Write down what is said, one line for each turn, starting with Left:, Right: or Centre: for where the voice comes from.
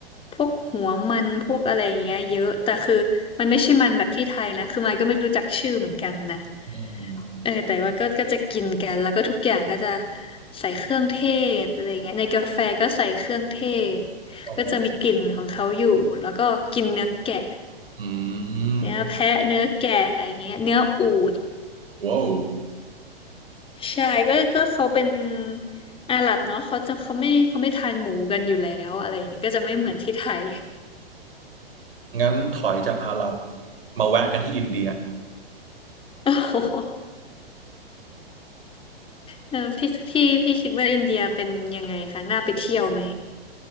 Left: พวกหัวมันพวกอะไรเงี้ยเยอะแต่คือมันไม่ใช่มันแบบที่ไทยนะคือมายก็ไม่รู้จักชื่อเหมือนกันนะ
Right: อืม
Left: เออแต่ว่าก็ก็จะกินกันแล้วก็ทุกอย่างก็จะใส่เครื่องเทศอะไรเงี้ยในกาแฟก็ใส่เครื่องเทศ
Right: โอ้
Left: ก็จะมีกลิ่นของเขาอยู่แล้วก็กินเนื้อแกะ
Right: อื
Left: เนื้อแพะเนื้อแกะอย่างเงี้ยเนื้ออูฐ
Right: มว้าว
Left: ใช่ก็ก็เขาเป็นอาหรับเนาะเขาจะเขาไม่เขาไม่ทานหมูกันอยู่แล้วอะไรเงี้ยก็จะไม่เหมือนที่ไทย
Right: งั้นถอยจากอาหรับมาแวะกันที่อินเดีย
Left: <laughs> โอ้โหเออพี่พี่พี่คิดว่าอินเดียเป็นยังไงคะน่าไปเที่ยวไหม